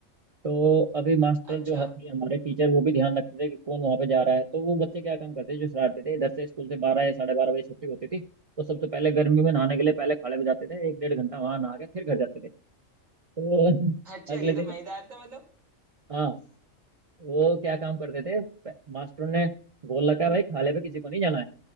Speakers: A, on the right; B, on the right.
A: तो अभी मास्टर
B: अच्छा
A: जो है- थे हमारे टीचर वो भी ध्यान रखते थे कि कौन वहाँ पे जा रहा है तो वो बच्चे क्या काम करते जो शरारती थे इधर से स्कूल से बारह या साढ़े बारह बजे छुट्टी होती थी तो सबसे पहले गर्मी में नहाने के लिए पहले खाड़े पे जाते थे एक डेढ़ घंटा वहाँ नहा के फिर घर जाते थे तो <laughs>
B: अच्छा
A: अगले
B: ये तो
A: दिन
B: मजेदार था मतलब
A: हाँ वो क्या काम करते थे मास्टर ने बोल रखा है भाई खाले पे किसी को नहीं जाना है